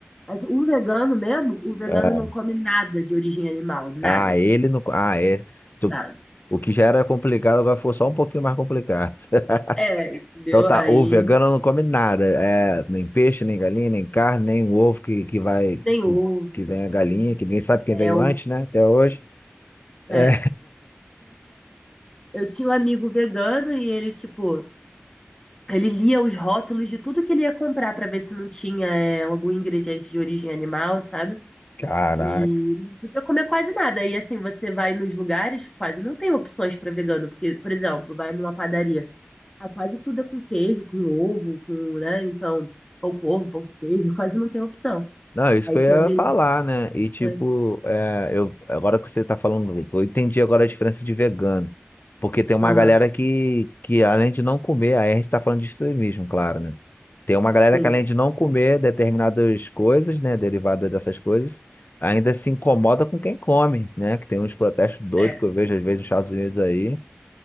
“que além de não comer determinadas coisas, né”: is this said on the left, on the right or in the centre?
Left